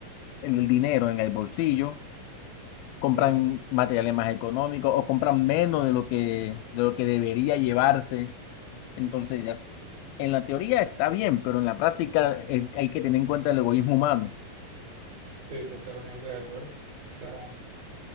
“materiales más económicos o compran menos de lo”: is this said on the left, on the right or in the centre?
Left